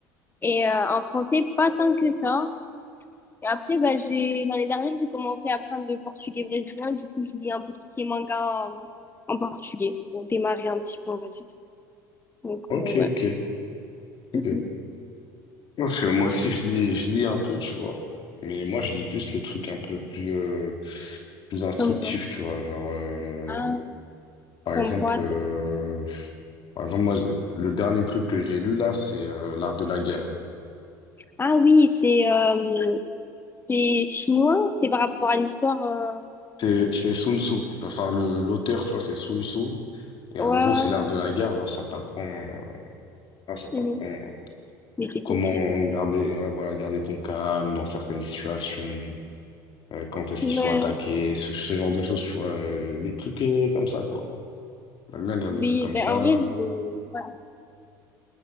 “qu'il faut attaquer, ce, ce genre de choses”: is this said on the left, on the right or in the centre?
Left